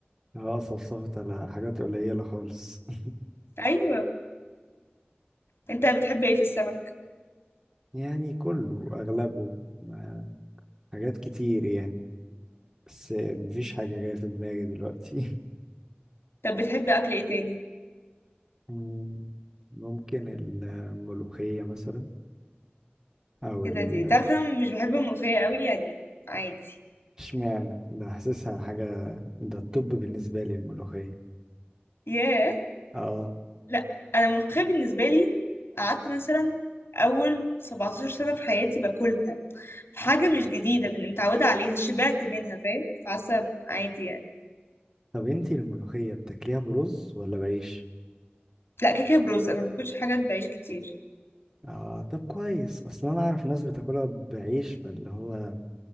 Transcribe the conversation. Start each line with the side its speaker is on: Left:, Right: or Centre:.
Right: اه صفصفت على حاجات قليلة خالص <laughs>
Left: ايوه انت بتحب ايه في السمك
Right: يعني كله أغلبه ما- حاجات كتير يعني بس مفيش حاجة جاية في دماغي دلوقتي <laughs>
Left: طب بتحبي اكل ايه تاني
Right: مم، ممكن الملوخية مثلا أو
Left: ايه
Right: ال
Left: ده دي تعرف انا مش بحب الملوخيه قوي يعني عادي
Right: اشمعنى ده حاسسها حاجة ده الطب بالنسبة لي الملوخية
Left: ياه
Right: اه
Left: لا انا الملوخيه بالنسبه لي قعدت مثلا اول 17 سنه في حياتي باكلها في حاجه مش جديده من متعوده عليها شبعت منها فاهم فحاسه عادي يعني
Right: طب انتي الملوخية بتاكليها برز ولا بعيش؟
Left: لا كيكه برز انا ما باكلش حاجات بعيش كتير
Right: اه طب كويس اصلا انا اعرف ناس بتاكلها بعيش فاللي هو انتوا